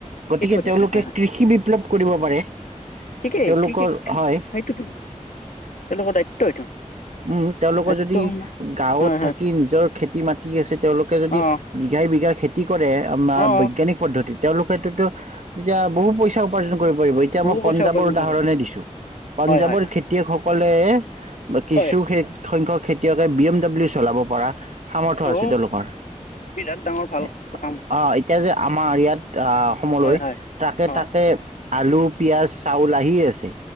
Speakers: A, on the right; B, on the left.
A: গতিকে
B: সেইটো পাতিছে
A: তেওঁলোকে
B: হয় হয়
A: কৃষি বিপ্লৱ কৰিব পাৰে।
B: ঠিকেই
A: তেওঁলোকৰ
B: কৃষি কি
A: হয়
B: সেইটোতো তেওঁলোকৰ দায়িত্ব এইটো।
A: উম তেওঁলোকৰ
B: দায়িত্ব
A: যদি গাঁৱত
B: হয় হয়
A: থাকি নিজৰ খেতি মাতি আছে তেওঁলোক, তই যদি
B: অ
A: বিঘাই বিঘাই খেতি কৰে আমাৰ
B: অ অ
A: বৈজ্ঞানিক, পদ্ধতি, তেওঁলোকতো এতিয়া বহু পইচা উপাৰ্জন কৰিব পাৰিব এতিয়া
B: বহু
A: মই
B: পইচা
A: পঞ্জাৱৰ
B: উপাৰ্জন
A: উদাহৰণে
B: কৰিব পাৰিব
A: দিছো পাঞ্জাৱৰ
B: হয় হয় হয়
A: খেতিয়কসকলে, কিছু
B: হয়
A: খে সংখ্যক খেতিয়কে বি এম ডাব্লিউ চলাব পৰা, সামৰ্থ
B: অ
A: আছে তেওঁলোকৰ,
B: বিৰাট ডাঙৰ ভাল
A: এ
B: এইটো কাম
A: অঁ এ এতিয়া যে আমাৰ ইয়াত আহ অসমলৈ
B: হয় হয়
A: ট্ৰাকে
B: হয়
A: ট্ৰাকে আলু, পিঁয়াজ, চাউল আহি আছে